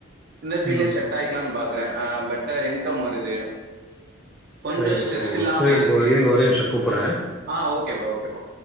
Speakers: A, on the right (about 50°); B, in the centre.
A: இந்த ஃபீல்ட்லே
B: ம்.
A: செட் செட் ஆயிக்கலாம்னு பாக்குறன் பெட்டர் இன்கம் வருது கொஞ்சோ
B: செரி
A: ஸ்ட்ரெஸ்
B: செரி ப்ரோ
A: இல்லாம
B: செரி
A: இருக்கு
B: ப்ரோ இருங்க ஒரே நிமிஷம் கூப்பறேன்
A: ஆ ஓகே ப்ரோ ஓகே ப்ரோ